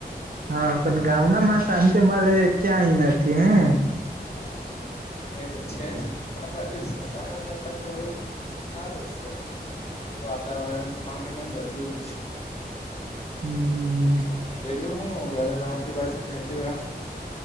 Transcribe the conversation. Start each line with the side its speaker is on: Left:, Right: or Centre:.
Right: હા પણ ગામડામાં શાંતિ મલે એ ક્યાંય નથી હે.
Left: હમ્મ એ તો છે જ આ બાજુ સ શહેર બધું કરતા થોડુંક સારું છે વાતાવરણ થી માંગને બધું જ.
Right: હમ્મ.
Left: બીજું હું ઘરે તમારી પાછુ ખેતી વા